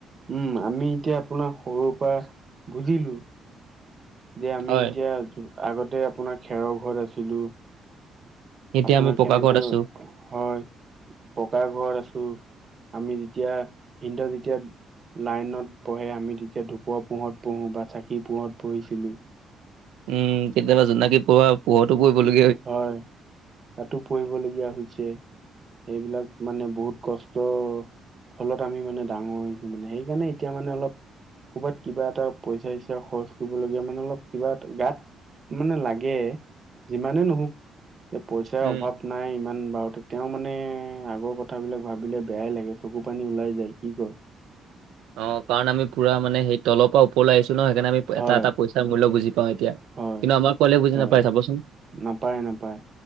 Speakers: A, on the right (about 35°); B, on the right (about 80°).
A: উম', আমি এতিয়া আপোনাক সৰুৰ পাৰা বুজিলো। যে আমি
B: হয়,
A: এতিয়া, আগতে আপোনাৰ খেৰৰ ঘৰত আছিলো।
B: এতিয়া
A: আপোনাৰ
B: আমি পকা
A: কেনেকৈ
B: ঘৰত <inaudible>
A: হয় পকা ঘৰত আছো। আমি যেতিয়া, তিনটা যেতিয়া লাইনত পহে, আমি তেতিয়া ধূপৰ পোহৰত পহোঁ, বা চাকি পোহৰত পহিছিলোঁ।
B: উম', কেতিয়াবা জোনাকি পোৰুৱা পোহৰটো পহিব লগিয়া।
A: হয়, তাতো পঢ়িবলগীয়া হৈছে। সেইবিলাক মানে বহুত কষ্ট ফলত আমি মানে, ডাঙৰ হৈছো মানে, সেইকাৰণে এতিয়া মানে, অলপ ক'ৰবাত কিবা এটা পইচা-চইচা খৰচ কৰিবলগীয়া মানে অলপ কিবা এটা গাত মানে লাগে, যিমানে নহওক পইচাৰ
B: উম,
A: অভাৱ নাই ইমান বাৰু তে তেওঁ মানে আগৰ কথাবিলাক ভাবিলে বেয়াই লাগে। চকু পানী ওলাই যায়। কি কয়?
B: অ', কাৰণ আমি ফুৰা মানে সেই তলৰ পা ওপৰলে আহিছোঁ ন, সেইকাণে আমি
A: হয়
B: এটা এটা পইচা মূল্য বুজি পাওঁ এতিয়া। কিন্তু
A: হয়
B: আমাৰ পোৱালিএ বুজি
A: হয়
B: নাপায়, চাবচোন।
A: নাপায় নাপায়